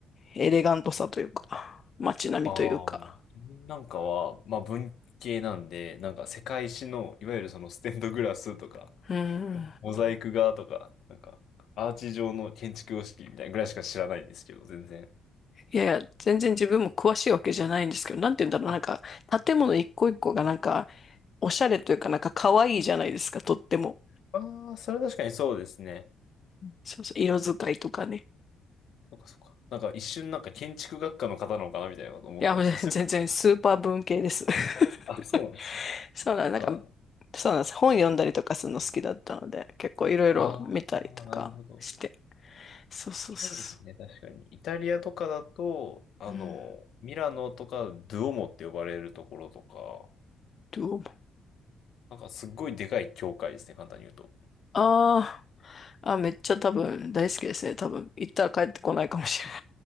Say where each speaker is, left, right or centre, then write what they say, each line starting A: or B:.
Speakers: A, on the left; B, on the left.
A: う、エレガントさというか、街並みというか。
B: ああ、自分なんかは、まあ文系なんで、なんか世界史の、いわゆるそのステンドグラスとか、
A: うん。
B: モザイク画とか、なんか、アーチ状の建築様式みたいなぐらいしか知らないんですけど、全然。
A: いやいや、全然自分も詳しいわけじゃないんですけど、なんて言うんだろう、
B: あ、
A: なんか、建物一個一個がなんか、おしゃれというか、なんか可愛いじゃないですか、とっても。
B: ああ、それ確かにそうですね。
A: そうそう、色使いとかね。
B: そっかそっか。なんか一瞬なんか建築学科の方なのかなみたいなこと思ったんですよ。
A: いや、<laughs> もう全然スーパー文系です。
B: そういう、あ、
A: <laughs>
B: そうなんですね。
A: そうなん、なんか、
B: か。
A: そうなんです。本読んだりとかするの好きだったので、結構いろいろ見たりとかして。
B: ああ、なるほど。
A: そうそうそ
B: それはいいですね、確かに。イタリアとかだと、あの、
A: うそう。うん。
B: ミラノとか、ドゥオモって呼ばれるところとか、
A: どうも。
B: なんかすっごいでかい教会ですね、簡単に言うと。
A: ああ。あ、めっちゃ多分大好きですね。多分行ったら帰ってこないかもしれない。